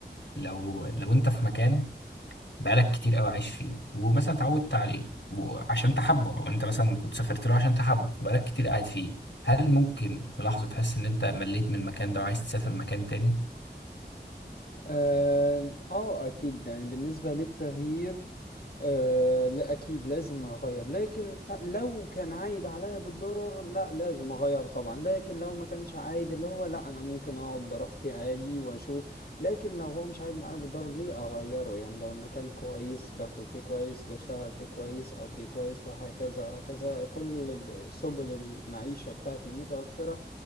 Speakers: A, on the left; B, on the left.
A: لو لو انت في مكان بقالك كتير قوي عايش فيه ومثلا اتعودت عليه وعشان تحبه او انت مثلا كنت سافرت له عشان تحبه فبقالك كتير قاعد فيه هل ممكن في لحظة تحس ان انت مليت من المكان ده وعايز تسافر مكان تاني؟
B: اه آه، اكيد يعني بالنسبة للتغيير أه لا أكيد لازم أغير لكن لو كان عايد عليا بالضرر لا لازم أغير طبعا لكن لو ما كانش عايد اللي هو لا أنا ممكن أقعد براحتي عادي وأشوف لكن لو هو مش عايد معايا بالضرر ليه أغيره يعني لو المكان كويس باكل فيه كويس بشتغل فيه كويس أقضي كويس وهكذا وهكذا كل ال- سبل المعيشة بتاعتي متوفرة